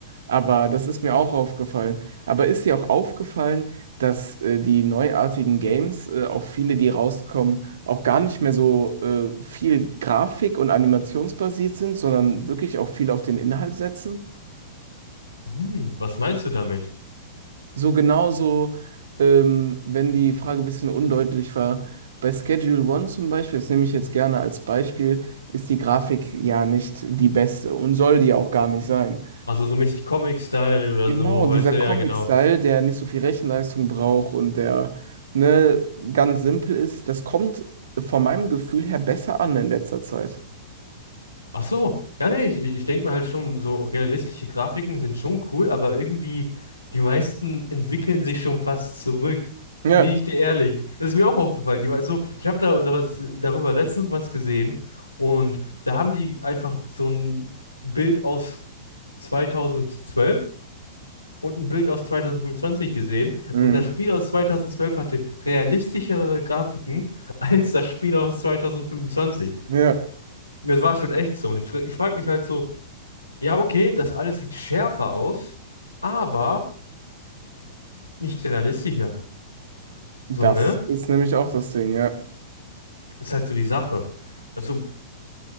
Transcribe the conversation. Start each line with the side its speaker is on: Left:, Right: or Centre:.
Right: Aber das ist mir auch aufgefallen. Aber ist dir auch aufgefallen, dass äh, die neuartigen Games, äh, auch viele, die rauskommen, auch gar nicht mehr so äh, viel Grafik- und animationsbasiert sind, sondern wirklich auch viel auf den Inhalt setzen?
Left: Hm, was meinst du damit?
Right: So genauso, ähm, wenn die Frage ein bisschen undeutlich war, bei Schedule One zum Beispiel, das nehme ich jetzt gerne als Beispiel, ist die Grafik ja nicht die beste und soll die auch gar nicht sein.
Left: Also so mäßig Comic-Style oder
Right: Genau,
Left: so,
Right: dieser
Left: weißt du,
Right: Comic-Style,
Left: ja genau.
Right: der nicht so viel Rechenleistung braucht und der ne, ganz simpel ist, das kommt von meinem Gefühl her besser an in letzter Zeit.
Left: Ach so, ja nee, ich, ich denke mir halt schon, so realistische Grafiken sind schon cool, aber irgendwie die meisten entwickeln sich schon fast zurück.
Right: Ja,
Left: Bin ich dir ehrlich? Das ist mir auch aufgefallen. Die, war so, ich habe da, da was- darüber letztens was gesehen und da haben die einfach so ein Bild aus zweitausendzwölf. und ein Bild aus 2025 gesehen
Right: mhm.
Left: und das Spiel aus 2012 hatte realistischere Grafiken <laughs> als das Spiel aus 2025.
Right: Ja,
Left: Und Das war schon echt so. Und ich, ich frage mich halt so, ja, okay, das alles sieht schärfer aus, aber nicht realistischer.
Right: das
Left: So, ne?
Right: ist nämlich auch das Ding, ja.
Left: Ist halt so die Sache. Also,